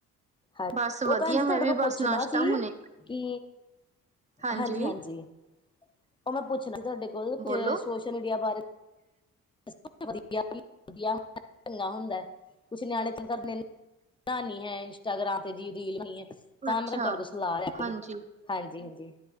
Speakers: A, on the left; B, on the right.
A: ਹਾਂਜੀ,
B: ਬਸ ਵਧੀਆ
A: ਉਹ ਭੈਣ ਜੀ
B: ਮੈਂ
A: ਤੁਹਾਡੇ
B: ਵੀ
A: ਕੋਲ
B: ਬਸ
A: ਪੁੱਛਣਾ
B: ਨਾਸ਼ਤਾ
A: ਸੀ
B: ਹੁਣੇ
A: ਕਿ
B: ਹਾਂਜੀ
A: ਹਾਂਜੀ-ਹਾਂਜੀ, ਉਹ ਮੈਂ ਪੁੱਛਣਾ ਸੀ ਤੁਹਾਡੇ ਕੋਲ
B: ਬੋਲੋ
A: ਸੋਸ਼ਲ ਮੀਡੀਆ ਬਾਰੇ, ਅਸੀਂ ਵ ਵਧੀਆ ਚੰਗਾ ਹੁੰਦਾ, ਕੁਛ ਨਿਆਣੇ ਤ ਧਰੇ ਬਣਾਨੀ ਹੈ, ਇੰਸਟਾਗ੍ਰਾਮ ਤੇ ਜ ਰੀਲ ਬਣੀ ਹੈ। ਤਾਂ
B: ਅੱਛਾ
A: ਮੈਂ ਕਿਹਾ ਤੁਹਾਡੇ ਕੋਲ ਸਲਾਹ ਲੈਣੀ,
B: ਹਾਂਜੀ
A: ਹਾਂਜੀ-ਹਾਂਜੀ।